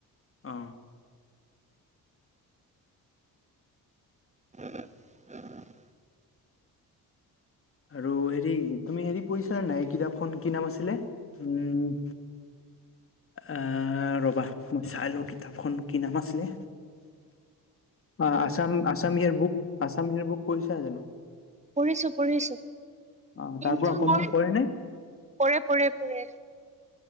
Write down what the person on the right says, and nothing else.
<inaudible>
পঢ়িছোঁ-পঢ়িছোঁ
কিন্তু
মই
পৰে-পৰে-পৰে